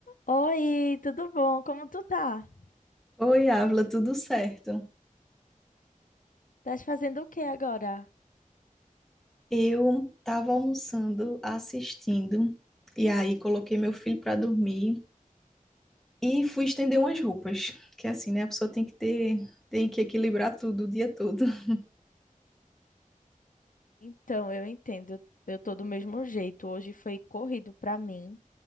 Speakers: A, on the left; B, in the centre.
A: Oi, tudo bom? Como tu tá?
B: Oi, Ávila, tudo certo?
A: Estás fazendo o que agora?
B: Eu estava almoçando, assistindo, e aí coloquei meu filho para dormir e fui estender umas roupas, que é assim, né? A pessoa tem que ter, tem que equilibrar tudo o dia todo. <laughs>
A: Então, eu entendo. Eu tô do mesmo jeito. Hoje foi corrido pra mim.